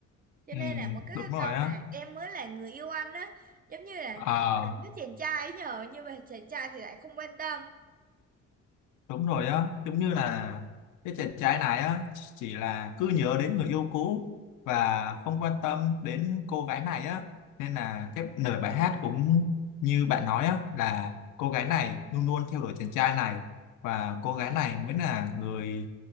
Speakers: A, on the right; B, on the left.
A: cho
B: ừ
A: nên là một cái
B: đúng rồi
A: câu
B: á
A: nè em mới là người yêu anh á giống như là
B: Ờ
A: cảm tình với chàng trai ấy nhờ nhưng mà chàng trai thì lại không quan tâm
B: đúng rồi á giống như là cái chàng trai này á chỉ là cứ nhớ đến người yêu cũ và không quan tâm đến cô gái này á nên là cái lời bài hát cũng như bạn nói á là cô gái này luôn luôn theo đuổi chàng trai này và cô gái này mới là người